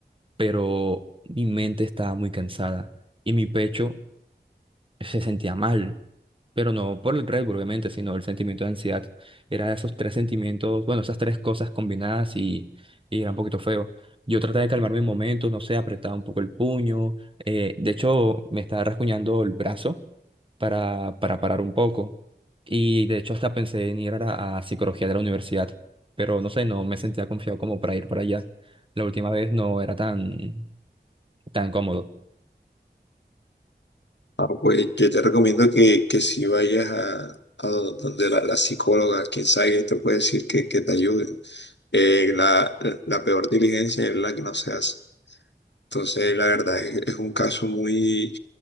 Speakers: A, on the right; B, on the left.
A: pero mi mente estaba muy cansada y mi pecho se sentía mal, pero no por el Red Bull, obviamente, sino el sentimiento de ansiedad. Era esos tres sentimientos, bueno, esas tres cosas combinadas y, y era un poquito feo. Yo traté de calmarme en momentos, no sé, apretaba un poco el puño, eh, de hecho me estaba rasguñando el brazo para, para parar un poco y de hecho hasta pensé en ir a, a psicología de la universidad, pero no sé, no me sentía confiado como para ir para allá. La última vez no era tan, tan cómodo.
B: Ah, pues yo te recomiendo que, que si vayas a, a do- donde la, la psicóloga, quien sabe, y te puede decir que, que te ayude. Eh, la, la peor diligencia es la que no se hace. Entonces, la verdad es, es un caso muy